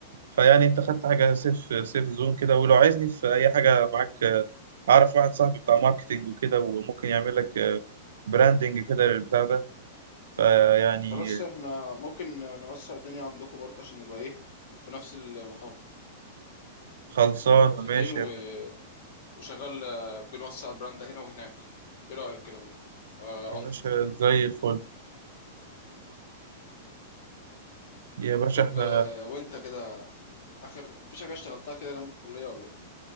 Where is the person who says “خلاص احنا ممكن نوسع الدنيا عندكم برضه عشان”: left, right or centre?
Left